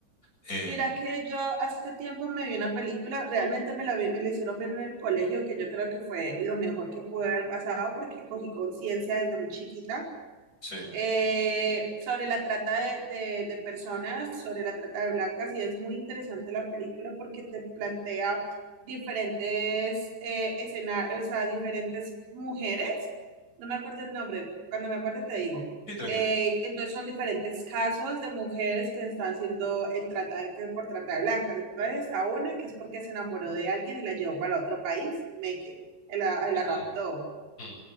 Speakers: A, on the left; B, on the right.
A: Em,
B: Mira que yo hace tiempo me vi una película, realmente me la vi, me la hicieron ver en el colegio, que yo creo que fue lo mejor que pude haber pasado porque cogí conciencia desde muy chiquita
A: sí,
B: eh, sobre la trata de, de, de, personas, sobre la trata de blancas, y es muy interesante la película porque te plantea diferentes eh, escenarios, o sea, diferentes mujeres, no me acuerdo el nombre, cuando me acuerdo te digo.
A: sí, tranquila.
B: Eh, entonces son diferentes casos de mujeres que están siendo el trata de, que por trata de blancas. Entonces está una que es porque se enamoró de alguien y la llevó para otro país, Meque, la, la
A: Ujú,
B: raptó.
A: ujú,